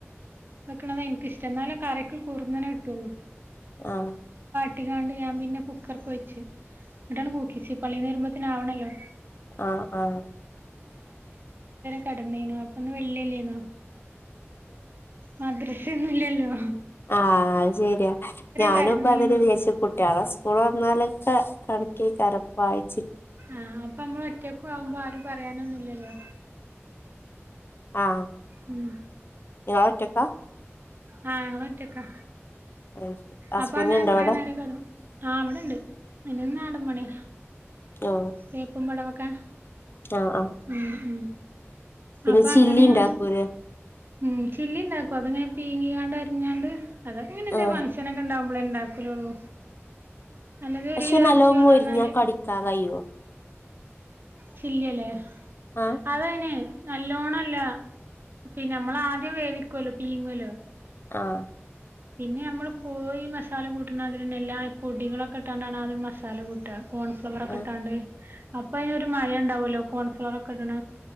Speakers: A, on the right; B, on the left.
A: വെക്കണത് എനിക്കിഷ്ടം എന്നാലേ കറക്ക് കുർന്നെനെ കിട്ടുള്ളൂ.
B: ആഹ്
A: ട്ടിയെണ്ട് ഞാൻ പിന്നെ കുക്കർക്ക് വെച്ച്, എന്നിട്ടാണ് കുക്കിച്ച് പള്ളിന്ന് വരുമ്പോത്തേനും ആവണല്ലോ.
B: ആഹ് ആഹ്
A: കിടന്നെനോ അപ്പൊന്ന് വെള്ളിയല്ലേന്നോ. മദ്രസ ഒന്നുല്ലല്ലോ
B: ആഹ് അത് ശരിയാ ഞാനും
A: കെടന്നീന്നു
B: ഇപ്പ അത് തന്നെ വിചാരിച്ചു കുട്ടിയാളെ സ്കൂൾ തുറന്നാലോക്കെ പഠ ക്ക് കാരപ്പായി.
A: ആഹ് അപ്പൊ നമ്മൾ ഒറ്റക്കു ആവുമ്പോ ആരും പറയാനൊന്നുല്ലല്ലോ.
B: ആഹ്.
A: ഉം.
B: നിങ്ങൾ ഒറ്റയ്ക്കാ?
A: ആഹ് ഞങ്ങള് ഒറ്റക്കാ?
B: അത് ശരി. ഹസ്ബൻഡ്
A: അപ്പൊ അങ്ങനെ
B: ഇണ്ടോ
A: കൊറേ
B: അവിടെ
A: നേരം കെടന്നു. ആഹ് ഇവിടണ്ട്. അയ്ന് നാടൻ പണ്യാ.
B: ആ
A: തേപ്പും പടവൊ ക്കെ
B: ആ ആ
A: ഉം ഉം.
B: പിന്നെ
A: അപ്പൊ
B: ചില്ലി
A: അങ്ങനെ
B: ഇണ്ടാക്കൂലേ?
A: ഞാന് ഉം, ചില്ലിണ്ടാക്കും അതിനെ പീങ്ങിയാണ്ട് അരിഞ്ഞാണ്ട് അതൊക്കെങ്ങനെന്തേ
B: ആ
A: ഫങ്ഷന് ഒക്കെ ഇണ്ടാവുമ്പളേ ഇണ്ടാക്കലൊള്ളൂ. അല്ലാതെ
B: പക്ഷേ
A: ഒരു കിലോ
B: നല്ലോം
A: എറച്ചി കൊണ്ടന്നാല്
B: മൊരിഞ്ഞാ കടിക്കാൻ കയ്യോ?
A: ചില്ലിയല്ലേ?
B: ആ
A: അതാന് നല്ലോണം അല്ല പിന്നെ നമ്മൾ ആദ്യം വേവിക്കോല്ലോ പീങ്ങൊല്ലോ
B: ആഹ്
A: പിന്നെ നമ്മൾ കോഴി മസാല കൂട്ടണരതിന്ന എല്ലാ പൊടികളൊക്കെ ഇട്ടാണ്ടാണ് അത് മസാല കൂട്ട കോൺഫ്ലവർ ഒക്കെ
B: ആഹ്
A: ഇട്ടാണ്ട് അപ്പൊ അയിനൊരു മയാ ഉണ്ടാവല്ലോ കൊൺഫ്ലർ ഒക്കെ ഇടണ